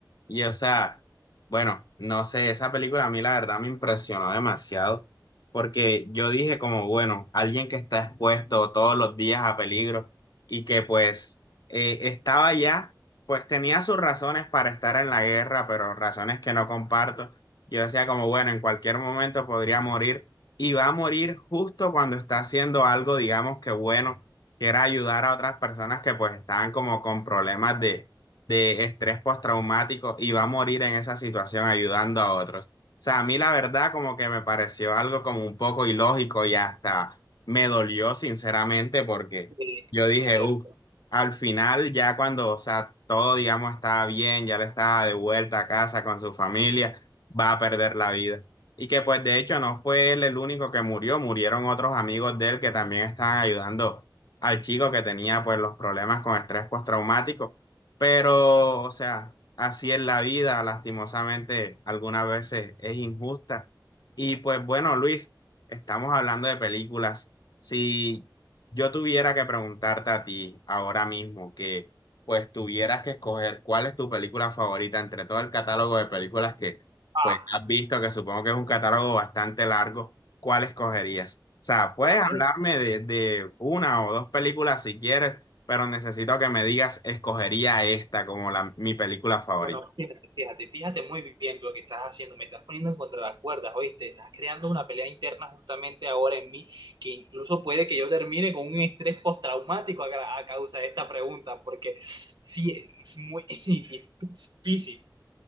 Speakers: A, on the left; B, on the right.
A: Y o sea, bueno, no sé, esa película a mí la verdad me impresionó demasiado, porque yo dije como, bueno, alguien que está expuesto todos los días a peligro y que pues eh, estaba ya, pues tenía sus razones para estar en la guerra, pero razones que no comparto. Yo decía como, bueno, en cualquier momento podría morir y va a morir justo cuando está haciendo algo, digamos que bueno, que era ayudar a otras personas que pues estaban como con problemas de de estrés postraumático y va a morir en esa situación ayudando a otros. O sea, a mí la verdad como que me pareció algo como un poco ilógico y hasta me dolió sinceramente porque
B: eh, es
A: yo dije,
B: muy cierto.
A: uff, al final ya cuando, o sea, todo, digamos, estaba bien, ya le estaba de vuelta a casa con su familia, va a perder la vida. Y que pues de hecho no fue él el único que murió, murieron otros amigos de él que también estaban ayudando al chico que tenía pues los problemas con estrés postraumático pero, o sea, así es la vida, lastimosamente, algunas veces es injusta. Y pues bueno, Luis, estamos hablando de películas. Si yo tuviera que preguntarte a ti ahora mismo que pues tuvieras que escoger cuál es tu película favorita entre todo el catálogo de películas que
B: Ah,
A: pues has visto, que supongo que es un catálogo bastante largo, ¿cuál escogerías? O sea, puedes
B: bueno,
A: hablarme
B: fíjate,
A: de, de una o dos películas si quieres pero necesito que me digas, escogería esta como la, mi película favorita.
B: bueno, fíjate, fíjate, fíjate muy bien lo que estás haciendo. Me estás poniendo en contra las cuerdas, ¿oíste? Estás creando una pelea interna justamente ahora en mí, que incluso puede que yo termine con un estrés postraumático a, ca- a causa de esta pregunta, porque sí, es muy <laughs> difícil.